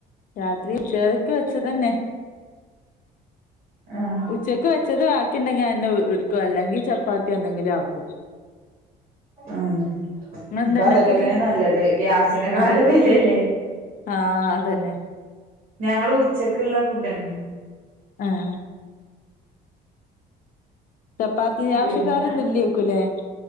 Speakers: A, on the left; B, on the right.
A: രാത്രി ച്ചേ ഉച്ച കക്ക് വെച്ചത് തന്നെ.
B: ആഹ്
A: ഉച്ചക്ക് വെച്ചത് ബാക്കി ണ്ടെങ്കി അഹന്നെ ട്ക്കും അല്ലെങ്കിൽ ചപ്പാത്തി എന്തങ്കിലും ആക്കും.
B: ഉം
A: ഇങ്ങളെന്താ
B: ഇപ്പ
A: ഇണ്ടാക്കല്
B: അതൊക്കെ തന്നെ നല്ലത് ഗ്യാസിനൊക്കെ
A: ആഹ്
B: നല്ല വെലല്ലേ.
A: ആഹ് അതന്നെ
B: ഞങ്ങളും ഉച്ചക്ക്ള്ള ഫുഡന്നെ.
A: ആഹ് ചപ്പാത്തി
B: പിന്നെ
A: ആവശ്യക്കാരൊന്നും ഇല്ലേക്കുലേ